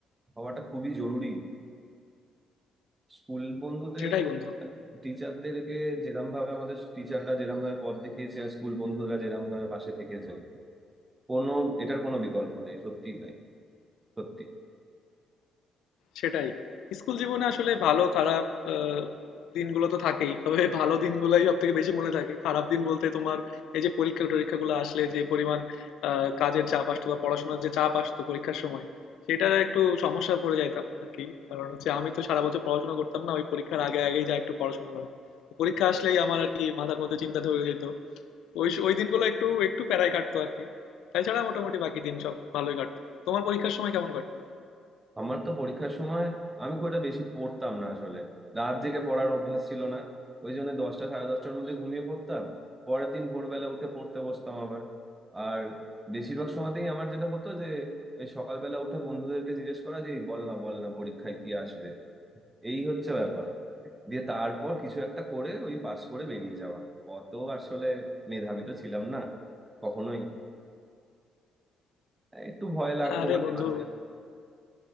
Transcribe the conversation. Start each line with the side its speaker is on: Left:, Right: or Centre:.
Right: হওয়াটা খুবই জরুরি স্কুল বন্ধুদের
Left: সেটাই বন্ধু।
Right: টিচারদেরকে যেরম ভাবে আমাদের টিচাররা যেরম ভাবে পথ দেখিয়েছে আর স্কুল বন্ধুরা যেরম ভাবে পাশে থেকেছে কোনো এটার কোনো বিকল্প নেই সত্যিই তাই সত্যি
Left: সেটাই। স্কুল জীবনে আসলে ভালো খারাপ আ দিনগুলো তো থাকেই। তবে ভালো দিনগুলাই সবথেকে বেশি মনে থাকে। খারাপ দিন বলতে তোমার এই যে পরীক্ষা-টরীক্ষাগুলো আসলে যে পরিমাণ আ কাজের চাপ আসতো বা পড়াশোনার যে চাপ আসতো পরীক্ষার সময়, সেটার একটু সমস্যায় পড়ে যাইতাম আরকি। কারণ হচ্ছে আমি তো সারা বছর পড়াশোনা করতাম না। ওই পরীক্ষার আগে, আগেই যায়া একটু পড়াশোনা করা। পরীক্ষা আসলেই আমার আরকি মাথার মধ্যে চিন্তা ধরে যেত। তো ওই স ওই দিনগুলো একটু, একটু প্যারায় কাটতো আরকি। তাছাড়া মোটামুটি বাকি দিন সব ভালোই কাটতো। তোমার পরীক্ষার সময় কেমন কাটতো?
Right: আমার তো পরীক্ষার সময় আমি খুব একটা বেশি পড়তাম না আসলে রাত জেগে পড়ার অভ্যাস ছিল না ওই জন্য দশটা সাড়ে দশটার মধ্যে ঘুমিয়ে পড়তাম পরের দিন ভোরবেলা উঠে পড়তে বসতাম আবার আর বেশিরভাগ সময়তেই আমার যেটা হতো যে এই সকালবেলা উঠে বন্ধুদেরকে জিজ্ঞেস করা যে এই বল না বল না পরীক্ষায় কি আসবে এই হচ্ছে ব্যাপার দিয়ে তারপর কিছু একটা করে ওই পাস করে বেরিয়ে যাওয়া অত আসলে মেধাবী তো ছিলাম না কখনোই একটু ভয় লাগতো
Left: আরে
Right: মাঝে
Left: বন্ধু
Right: মাঝে